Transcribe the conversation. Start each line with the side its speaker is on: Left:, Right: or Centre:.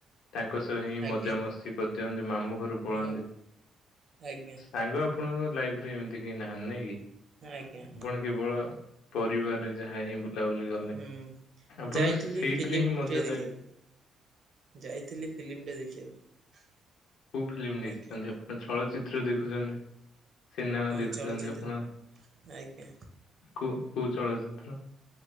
Left: ତାଙ୍କ ସହ ହିଁ
Right: ଆଜ୍ଞା
Left: ମଜାମସ୍ତି କରିଦିଅନ୍ତି ମାମୁଁ। ଘରୁକୁ ପଳାନ୍ତି
Right: ମୁଁ ଆଜ୍ଞା
Left: ସାଙ୍ଗ ଆପଣଙ୍କ ଲାଇଫ ରେ ଏମିତି କେହି ନାହାନ୍ତି ନାଇଁ କି?
Right: ଆଜ୍ଞା
Left: ଆପଣ କେବଳ ପରିବାରରେ ଯାହା ହିଁ। ବୁଲା ବୁଲି ଗଲେ
Right: ହୁଁ।
Left: ଆପଣଙ୍କୁ
Right: ଯାଇଥିଲି
Left: ସେଇଥିରେ
Right: ଫିଲ୍ମଟେ
Left: ହିଁ ମଜା
Right: ଦେଖିବାକୁ
Left: ଲାଗେ।
Right: ଯାଇଥିଲି ଫିଲ୍ମ ଟେ ଦେଖିବାକୁ।
Left: କୋଉ ଫିଲ୍ମ ଦେଖିଛନ୍ତି
Right: ଆଜ୍ଞା।
Left: ଆପଣ ଚଳଚିତ୍ର ଦେଖୁଛନ୍ତି। ସିନେମା
Right: ହଁ
Left: ଦେଖୁଛନ୍ତି
Right: ଚଳଚ୍ଚିତ୍ର
Left: ଆପଣ
Right: ଆଜ୍ଞା
Left: କଉ କୋଉ ଚଳଚିତ୍ର।